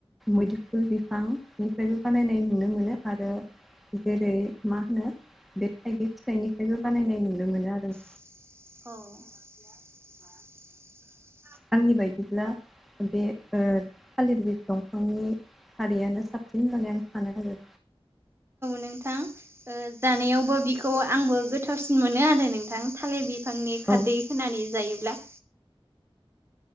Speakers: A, in the centre; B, on the right.
A: मैदफुल बिफांनिफ्रायबो बानायनाय नुनो मोनो आरो। जेरै मा होनो बे थाइगिर फिथाइनिफ्रायबो बानायनाय नुनो मोनो आरो।
B: औ
A: थगि बायदिब्ला बे थालिर बिस दंफांनि खारिैयानो साबसिन होननानै आं सानो आरो।
B: नोंथां जानायावबो बेखौ आंबो गोथावसिन मोनो आरो नोंथां थालिर बिफांनि खारदै
A: औ
B: होनानै जायोब्ला